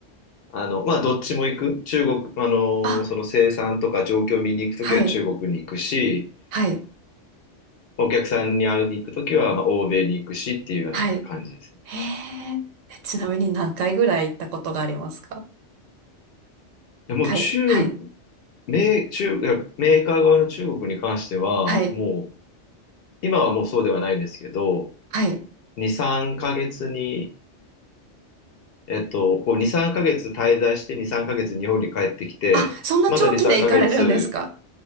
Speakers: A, on the left; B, on the right.
A: あの、まあ、どっちも行く。中国、あの、
B: あ、
A: その生産とか状況を見に行くときは中国に行くし、
B: はい。はい。
A: お客さんに会いに行くときは、まあ、欧米に行くしっていうような感じですね。
B: はい。へえ。えちなみに何回ぐらい行ったことがありますか
A: でもう中、
B: はい。はい。
A: メー、中、いやメーカー側の中国に関しては、
B: はい。
A: もう今はもうそうではないんですけど、
B: はい。
A: 2、3ヶ月に、えっと、こう2、3ヶ月滞在して、2、3ヶ月日本に帰ってきて、
B: あ、そんな長期で行かれるんですか
A: また2、3ヶ月